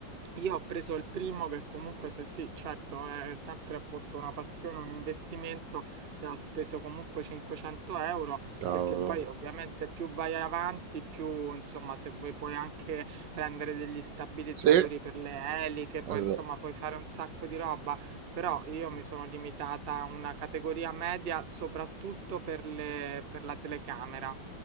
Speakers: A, on the right; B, on the right.
A: io ho preso il primo che comunque se sì, certo, è sempre appunto una passione, un investimento, da- ho speso comunque 500 euro,
B: Cavolo.
A: perché poi ovviamente più vai avanti, più insomma se vuoi puoi anche prendere degli stabilizzatori
B: Sì.
A: per le eliche, poi
B: Allora,
A: insomma puoi fare un sacco di roba, però io mi sono limitata a una categoria media soprattutto per le, per la telecamera.